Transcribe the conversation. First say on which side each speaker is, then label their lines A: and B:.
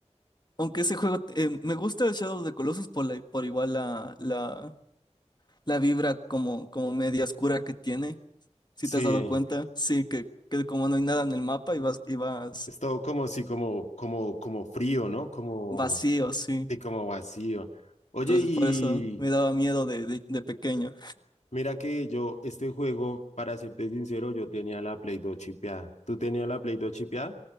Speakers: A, on the left; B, on the left.
A: aunque ese juego, eh, me gusta el Shadow of the Colossus por, la, por igual la, la, la vibra como, como media oscura que tiene. Si
B: Sí,
A: te has dado cuenta, sí, que, que como no hay nada en el mapa y vas, y vas
B: es todo como, sí, como, como, como frío, ¿no? Como,
A: vacío, sí.
B: sí, como vacío. Oye,
A: Entonces
B: y...
A: por eso me daba miedo de, de, de pequeño.
B: Mira que yo, este juego, para serte sincero, yo tenía la Play 2 chipeada. ¿Tú tenías la Play 2 chipeada?